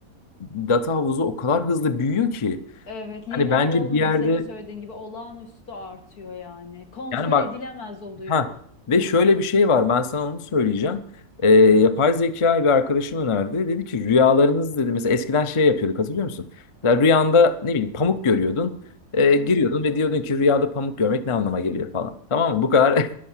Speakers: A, on the left; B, on the left.
A: Data havuzu o kadar hızlı büyüyor ki
B: Evet lineer
A: hani bence
B: olmuyor
A: bir yerde
B: senin söylediğin gibi olağanüstü artıyor yani. Kontrol
A: yani bak
B: edilemez oluyor.
A: Ha ve şöyle bir şey var ben sana onu söyleyeceğim. Ee, yapay zekayı bir arkadaşım önerdi. Dedi ki rüyalarınız dedi mesela eskiden şey yapıyorduk hatırlıyor musun? Ya rüyanda ne bileyim pamuk görüyordun. Ee, giriyordun
B: Hı hı.
A: ve diyordun ki rüyada pamuk görmek ne anlama geliyor falan. Tamam mı? Bu kadar